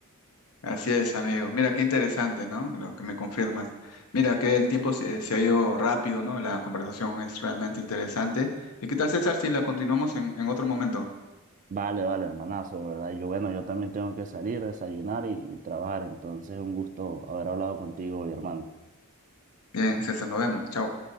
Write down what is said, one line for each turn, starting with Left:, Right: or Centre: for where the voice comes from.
Left: Así es, amigo. Mira, qué interesante, ¿no? Lo que me confirmas. Mira, que el tiempo se, se ha ido rápido, ¿no? La conversación es realmente interesante. ¿Y qué tal, César, si la continuamos en, en otro momento?
Right: Vale, vale, hermanazo, ¿verdad? Yo, bueno, yo también tengo que salir, desayunar y, y trabajar. Entonces, un gusto haber hablado contigo, hoy, hermano.
Left: Bien, César, nos vemos. Chao.